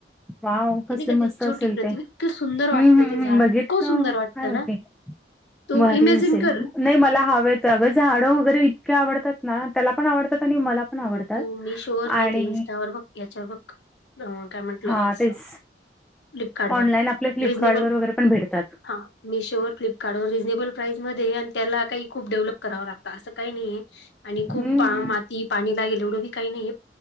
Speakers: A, in the centre; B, on the left (about 85°).
A: वाव कसलं
B: ते नाही काय
A: मस्त
B: ते
A: असेल
B: छोटी प्रति
A: ते
B: इतकं सुंदर वाटतं,
A: हम्म हम्म
B: ते झाड
A: हम् बघितलं
B: इतकं सुंदर वाटतं
A: काय माहिती
B: ना तू
A: भारी
B: इमेजिन
A: असेल
B: कर.
A: नाही मला हवेत अगं झाडं वगैरे इतके आवडतात ना, त्याला पण आवडतात आणि मला पण आवडतात
B: आता तू मी श्योअर नाही,
A: आणि
B: ते इंस्टावर बघ याच्यावर बघ काय म्हंटलं
A: हा
B: असं?
A: तेच
B: फ्लिपकार्ट
A: ऑनलाईन
B: वर
A: आपले फ्लिपकार्ट
B: रिजनेबल
A: वर वगैरे पण भेटतात
B: हा मिशो वर फ्लिपकार्टवर रिजनेबल प्राईस मध्येय आणि त्याला काही खूप डेव्हलप करावं लागतं, असं काही नाही आहे. आणि खूप
A: हम्म
B: पा- माती पाणी लागेल, एवढं बी काही नाही.